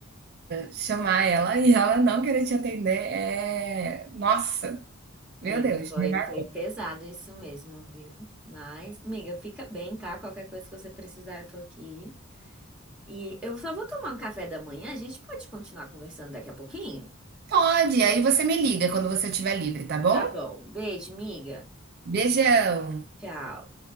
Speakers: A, on the right; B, in the centre.
A: chamar ela e ela não querer te atender é. Nossa,
B: Amiga,
A: meu Deus,
B: foi,
A: me marca.
B: foi pesado isso mesmo, viu? Mas, amiga, fica bem, tá? Qualquer coisa que você precisar, eu tô aqui. E eu só vou tomar um café da manhã, a gente pode continuar conversando daqui a pouquinho?
A: Pode, aí você me liga quando você estiver livre, tá bom?
B: Tá bom. Beijo, amiga.
A: Beijão!
B: Tchau.